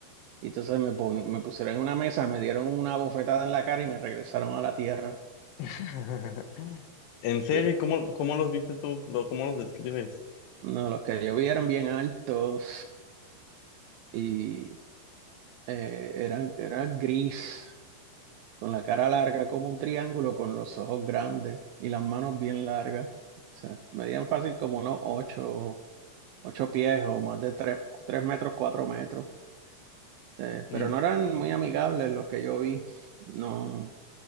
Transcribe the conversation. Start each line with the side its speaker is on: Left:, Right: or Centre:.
Right: Y entonces me, pon- me pusieron en una mesa, me dieron una bofetada en la cara y me regresaron a la Tierra.
Left: <laughs> En serio,
Right: Y,
Left: ¿y ¿cómo, cómo los viste tú? Lo- ¿Cómo los describes?
Right: no, los que yo vi eran bien altos y eh, eran, eran gris, con la cara larga como un triángulo, con los ojos grandes y las manos bien largas. O sea, medían fácil como unos ocho. ocho pies o más de tres, tres metros, cuatro metros. Eh,
Left: Mm,
Right: pero no eran muy amigables los que yo vi. No,